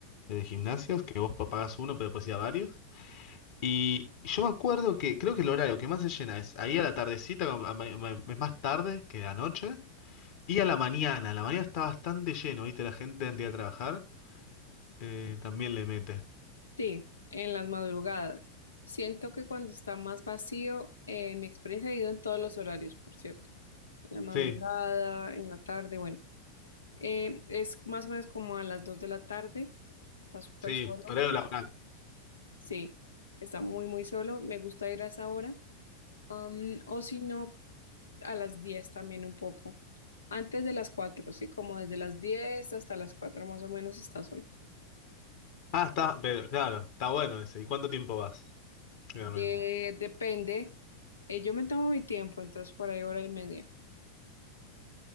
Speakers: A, on the left (about 50°); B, on the left (about 75°).
A: Eh, De gimnasios, que vos pagás uno, pero puedes ir a varios. Y yo me acuerdo que creo que el horario que más se llena es ahí a la tardecita, como a ma- ma- es más tarde que la noche, y a la mañana. A La mañana está bastante lleno, ¿viste? La gente antes de ir a trabajar. Eh, también le mete.
B: Sí, en las madrugadas. Siento que cuando está más vacío, eh, mi experiencia ha ido en todos los horarios, por cierto. En la madrugada,
A: Sí.
B: en la tarde, bueno. Eh, es más o menos como a las 2 de la tarde. Está súper
A: Sí,
B: solo.
A: horario laboral.
B: Sí, está muy, muy solo. Me gusta ir a esa hora. Am, o si no, a las 10 también un poco. Antes de las 4, sí, como desde las 10 hasta las 4 más o menos está solo.
A: Ah, está, pero claro, está bueno ese. ¿Y cuánto tiempo vas, realmente?
B: Eh, depende. Eh, yo me tomo mi tiempo, entonces por ahí hora y media.